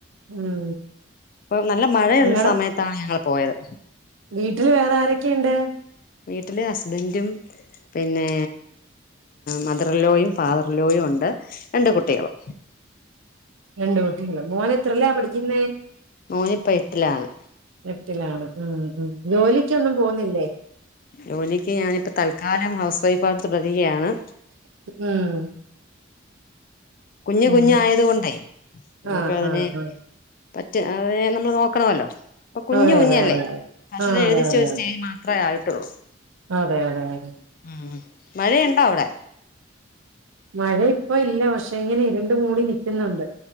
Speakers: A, on the right (about 90°); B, on the left (about 45°).
A: ഉം
B: അപ്പൊ നല്ല മഴയുള്ള
A: നിങ്ങടെ
B: സമയത്താണ് ഞങ്ങള് പോയത്.
A: വീട്ടില് വേറെ ആരൊക്കെയുണ്ട്?
B: വീട്ടില് ഹസ്ബൻഡും. പിന്നെ മദറിലോയും ഫാദറിലോയും ഉണ്ട് രണ്ട് കുട്ടികളും.
A: രണ്ടു കുട്ടികൾ മോൻ എത്രല്ലാ പഠിക്കുന്നേ?
B: മോനിപ്പ എട്ടിലാണ്
A: എട്ടിലാണ് ഉം. ഉം. ജോലിക്കൊന്നും പോവുന്നില്ലേ?
B: ജോലിക്ക് ഞാനിപ്പം തൽക്കാലം ഹൗസ് വൈഫായിയിട്ട് തുടരുകയാണ്.
A: ഉം
B: കുഞ്ഞുകുഞ്ഞ്
A: ഉം
B: ആയത് കൊണ്ടേ നമക്ക്
A: ആഹ്
B: അയിൻ
A: ആഹ് ആഹ്
B: പറ്റേ അതേ നമ്മള് നോക്കണമല്ലോ. ഇപ്പോ കുഞ്ഞു
A: അതെ
B: കുഞ്ഞല്ലേ
A: അതെ അതെ
B: അത്രയിട്ടുള്ളൂ
A: ആഹ് അതെ അതെ അതെ അതെ അതെ അതെ
B: ഉം മഴയുണ്ടോ അവിടെ?
A: മഴ ഇപ്പ ഇല്ല പക്ഷെ ഇങ്ങനെ ഇരുണ്ട മൂടി. നിക്കുന്നുണ്ട്